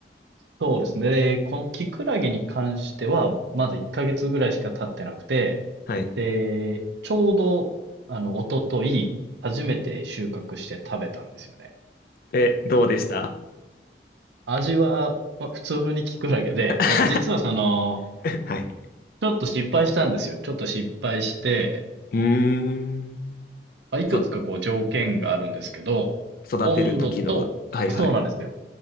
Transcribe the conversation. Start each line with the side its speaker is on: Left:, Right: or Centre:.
Right: そうですね。で、このキクラゲに関しては、まだ1ヶ月ぐらいしか経ってなくて、
Left: はい。
Right: で、ちょうど、あの、一昨と初めて収穫して食べたんですよね。
Left: え、どうでした
Right: 味は、まあ普通にキクラゲで、
Left: <laughs>
Right: で、実はその、
Left: はい。
Right: ちょっと失敗したんですよ。ちょっと失敗して、
Left: うーん。
Right: まあ、いくつかこう条件があるんですけど、
Left: そ、育てる時の、
Right: 温度と、
Left: はいはいはい。
Right: そうなんですよ。